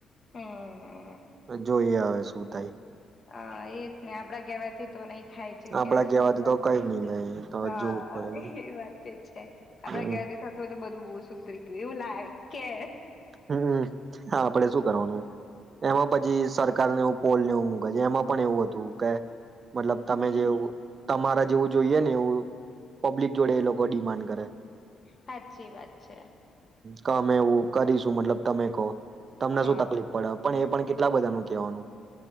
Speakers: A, on the left (about 40°); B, on the right (about 45°).
A: હમ
B: જોઈ આવે છે. શું થાય?
A: હા એજ ને આપડા કેવાથી તો નય થાય છે
B: આપડા
A: કેસ
B: કેવાથી
A: બી થાય.
B: તો કઈ નઈ થાય
A: હા
B: તો જોવું જ પડે બધું
A: એ વાત તો છે આપડા
B: હમ
A: કેવા થી થતું હોય તો બધું બો <unintelligible> સુ એવુ લય કે
B: હમમ હા આપડે શું કરવાનું એમાં પછી સરકારને એવ પોલ ને એવું મુૂકે એમાં પણ એવું હતું કે મતલબ
A: હમ
B: તમે જેવું તમારા જેવું જોઈએ ને એવું પબ્લિક જોડે એ લોકો ડિમાન્ડ કરે.
A: સાચી વાત છે.
B: કમે એવું કરીશ. મતલબ તમે કોહ. તમને
A: હા.
B: શું તકલીફ પડે પણ એ પણ કે કેટલા બધા નું કેવાનું